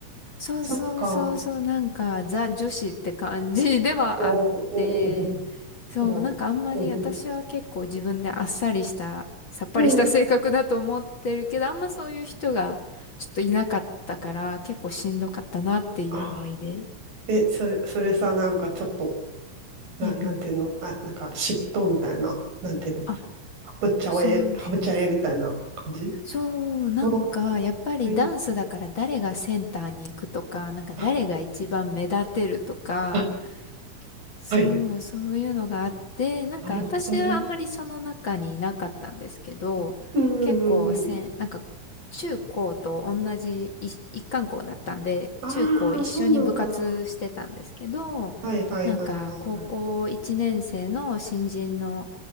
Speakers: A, on the left (about 40°); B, on the right (about 80°).
A: そうそうそうそう、
B: そっか。
A: なんかザ女子って感じではあって、
B: おおおお
A: そう、
B: おおおいお
A: なんかあんまり私は結構自分であっさりした、さっぱりした性格だと思ってるけど、
B: うん。
A: あんまそういう人がちょっといなかったから、結構しんどかったなっていう思い出。
B: あ、え、それ、それさ、なんかちょっと、な、
A: うんうん。
B: なんていうのあ、なんか嫉妬みたいな、なんていうの
A: あ、
B: ハブっちゃえ、
A: そうそう。
B: ハブっちゃえみたいな感じ
A: そう、なんか、
B: あ、は
A: やっぱりダンスだから誰がセンターに行くとか、
B: い。
A: なんか誰が一番目立てるとか、
B: あ、あ
A: そう、
B: はい。
A: そういうのがあって、なんか私はあんまりその中にいなかったんですけど、
B: なるほどね。うんうんうんうん。
A: 結構せん、なんか中高と同じい一貫校だったんで、
B: ああ、
A: 中高一緒に部活してたんですけど、
B: そうなんだ。はいはいはいはいはい。
A: なんか高校1年生の新人の、